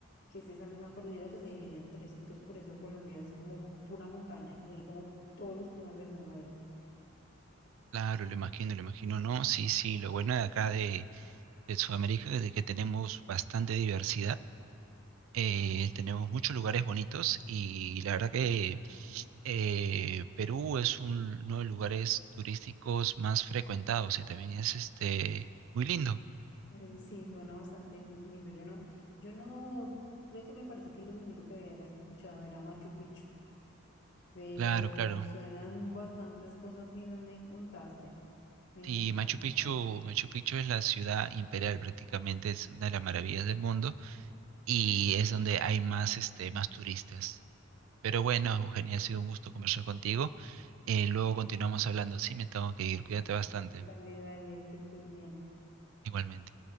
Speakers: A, on the left; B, on the right.
A: que es esa misma cordillera que se divide en tres, entonces por eso Colombia es como pura montaña y hay como todos los climas del mundo ahí.
B: Claro, lo imagino, lo imagino. No, sí, sí, lo bueno de acá de, de Sudamérica es de que tenemos bastante diversidad, eh, tenemos muchos lugares bonitos y la verdad que eh, Perú es un- uno de los lugares turísticos más frecuentados y también es este, muy lindo.
A: Eh, Sí, suena bastante li- lindo. Yo no, yo no, creo que me parece que lo único que había era escuchado era Machu Picchu. pero
B: Claro, claro.
A: suenan bastantes cosas lindas, me contaste. Me encanta,
B: Sí, Machu
A: me
B: Picchu,
A: encanta.
B: Machu Picchu es la ciudad imperial prácticamente, es una de las maravillas del mundo y es donde hay más, este, más turistas. Pero bueno, Eugenia, ha sido un gusto conversar contigo. Eh, luego continuamos hablando. Sí, me tengo que ir.
A: Mm,
B: Cuídate
A: mm,
B: bastante.
A: Dale, dale, que estés bien.
B: Igualmente.